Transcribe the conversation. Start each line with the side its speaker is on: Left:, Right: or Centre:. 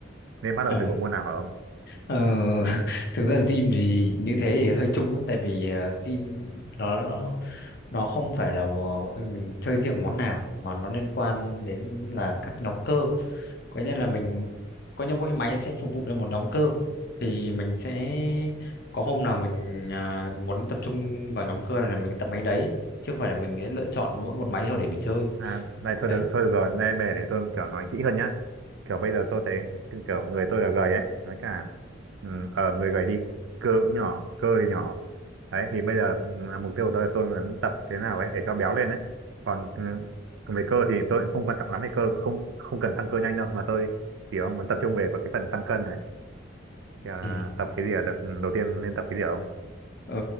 Right: nên bắt đầu
Left: À,
Right: từ bộ môn nào hả ông?
Left: ờ, <laughs> thực ra gym thì như thế thì hơi chung ấy, tại vì ờ, gym nó nó nó không phải là à, mình chơi riêng món nào mà nó liên quan đến là các nhóm cơ có nghĩa là mình có như mỗi máy sẽ phục vụ cho một nhóm cơ thì mình sẽ có hôm nào mình à, muốn tập trung vào nhóm cơ là mình tập máy đấy chứ không phải là mình sẽ lựa chọn mỗi một máy thôi để mình chơi
Right: À, này thôi
Left: đấy
Right: được, thôi được rồi, đây bè để tôi kiểu nói kỹ hơn nhá. Kiểu bây giờ tôi thấy kiểu người tôi là gầy ấy, nói cả ừ, ờ người gầy đi, cơ cũng nhỏ, cơ thì nhỏ. Đấy thì bây giờ ừ, mục tiêu của tôi là tôi muốn tập thế nào ấy để cho béo lên ấy. Còn ừ, về cơ thì tôi cũng không quan trọng lắm về cơ, không không cần tăng cơ nhanh đâu mà tôi chỉ muốn tập trung về vào cái phần tăng cân này. Thì, à,
Left: ừ.
Right: tập cái gì là được ừ, đầu tiên nên tập cái gì ạ?
Left: ờ,